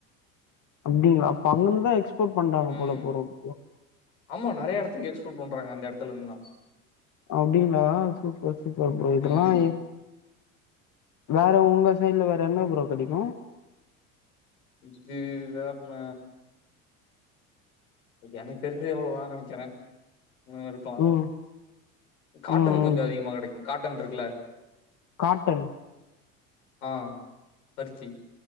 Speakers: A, on the left; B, on the left.
A: அப்டிங்ளா அப்ப அங்கர்ந்தா எக்ஸ்போட் பண்றாங்க
B: ம்
A: போல ப்ரோ <inaudible>
B: ஆமா நெறையா எடத்துக்கு எக்ஸ்போட் பண்றாங்க அந்த எடத்துலர்ந்தா
A: அப்டிங்ளா சூப்பர் சூப்பர் ப்ரோ இதெல்லா
B: ம்
A: எ வேற உங்க சைட்ல வேற என்ன ப்ரோ கெடைக்கு
B: நெக்ஸ்ட்டு வேற என்ன ஓகே எனக் தெரிஞ்சு அவ்ளோ தா நெனைக்கறே இன்னு இருக்கலா
A: ம்
B: காட்டன்
A: ம்
B: கொஞ்சோ
A: ம்
B: அதிகமா கெடைக்கு காட்டன்ருக்குல
A: காட்டன்
B: ஆ பருத்தி